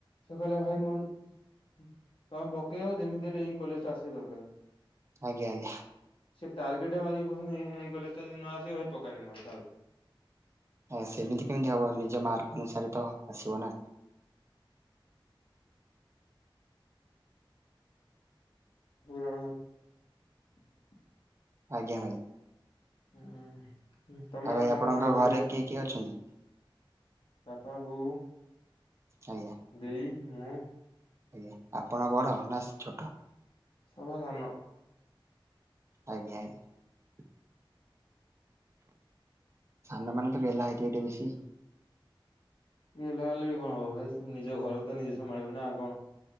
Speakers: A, on the left (about 75°); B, on the right (about 30°).
A: ସେ କହିଲା ଭାଇ ତମେ ପକେଇବ, ଯେମିତି ହେଲେ ଏଇ କଲେଜ ଟା ଆସିବା ଦରକାର।
B: ଆଜ୍ଞା ଆଜ୍ଞା।
A: ସେ ଟାର୍ଗେଟ ମାରିକି କହୁଛନ୍ତି, ଏଇ କଲେଜ ଟା ଯଦି ନ ଆସିବ ଭାଇ ପକାନି ମୋର ଥାଉ
B: ଆ ସେମିତି କେମିତି ହବ, ନିଜ ମାର୍କ ଅନୁସାରେ ତ ଆସିବ ନା
A: ହ ଆଳ <unintelligible>
B: ଆଜ୍ଞା ଭାଇ।
A: ହଁ, ତମେ ଆଉ
B: ଭାଇ
A: କଣ
B: ଆପଣଙ୍କ
A: ବଢା ବଢି
B: ଘରେ
A: ଚାଲିଛ?
B: କିଏ କିଏ ଅଛନ୍ତି
A: ବାପା, ବୋଉ,
B: ଆଜ୍ଞା
A: ଦେଇ, ମୁଁ।
B: ଆଜ୍ଞା, ଆପଣ ବଡ ନା ଛୋଟ?
A: ସଭା ସାନ
B: ଆଜ୍ଞା ଆଜ୍ଞା। ସାନମାନେ ତ ଗେଲ୍ହା ହେଇଥିବେ ଟିକେ ବେଶୀ।
A: ଇଏ ନ ହେଲେ ବି କଣ ହବ? ଭାଇ ନିଜ ଘରକୁ ତ ନିଜେ ସମାଳିବୁ ନା ଆଉ କଣ?